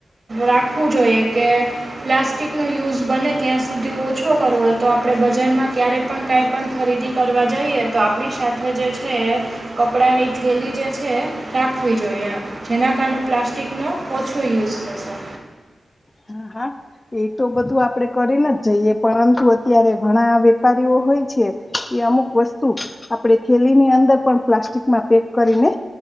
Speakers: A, on the right (about 40°); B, on the left (about 25°).
A: રાખવું જોઈએ કે પ્લાસ્ટિકનો યુઝ બને ત્યાં સુધી ઓછો કરવો તો આપણે બજારમાં ક્યારેય પણ કાંઈ પણ ખરીદી કરવા જઈએ તો આપણી સાથે જે છે. કપડાની થેલી જે છે રાખવી જોઈએ આમ જેના કારણે પ્લાસ્ટિકનો ઓછો યુઝ થશે
B: હા હા. એ તો બધું આપડે કરીને જ જઈએ પરંતુ અત્યારે ઘણાં વેપારીઓ હોય છે. એ અમુક વસ્તુ આપણેે થેલીની અંદર પણ પ્લાસ્ટિકમાં પેક કરીને